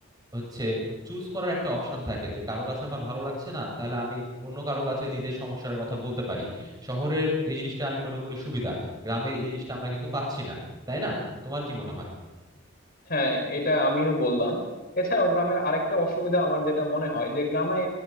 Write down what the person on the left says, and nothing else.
হ্যাঁ এটা আমিও বললাম এছাড়াও গ্রামের আরেকটা অসুবিধা আমার যেটা মনে হয় যে গ্রামে